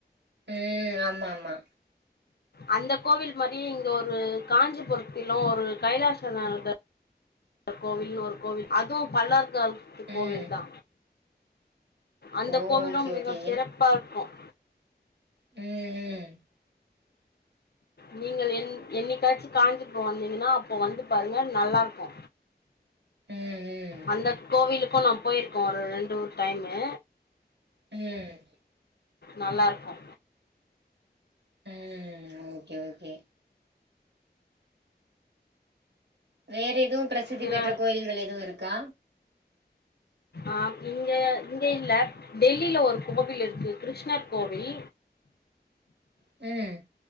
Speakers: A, on the right (about 85°); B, on the left (about 70°).
A: ம் ஆமா ஆமா
B: அந்த கோவில் மாரி இங்க ஒரு காஞ்சிபுரத்திலோ ஒரு கைலாசநாத ர் கோவில்னு ஒரு கோவில் அதுவு பலவ ர் காலத்து கோவில்
A: ம்
B: தா அந்த
A: ஓ
B: கோவிலும்
A: ஓகே
B: மிக
A: ஓகே
B: சிறப்பா இருக்கும்
A: ம் ம்
B: நீங்கள் என் என்னிக்காச்சு காஞ்சிபுரோ வந்தீங்கன்னா அப்போ வந்து பாருங்க நல்லா இருக்கோ
A: ம் ம்
B: அந்த கோவிலுக்கோ நா போய்ருக்கோ ஒரு ரெண்டு மூணு டைமு
A: ம்
B: நல்லாருக்கு
A: ம் ஓகே ஓகே வேற எதுவு பிரசித்தி
B: சில
A: பெற்ற கோயில்கள் எதுவு இருக்கா
B: ஆம் இங்க இங்க இல்ல டெல்லில ஒரு கோவில் இருக்கு கிருஷ்ணர் கோவில்
A: ம்